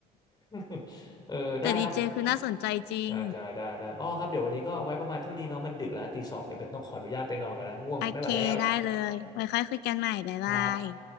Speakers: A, on the left; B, on the left.
A: <laughs> เออได้ครับ
B: แต่ดีเจคือน่าสนใจจริง
A: ได้ได้ได้ได้อ๋อครับเดี๋ยววันนี้ก็เอาไว้ประมาณเท่านี้เนาะมันดึกแล้วตีสองเดี๋ยวเป็นต้องขออนุญาตไปนอนก่อนนะง่วงไม่ไหวแล้ว
B: โอเคได้เลยไว้ค่อยคุยกันใหม่บ๊ายบาย
A: ครับ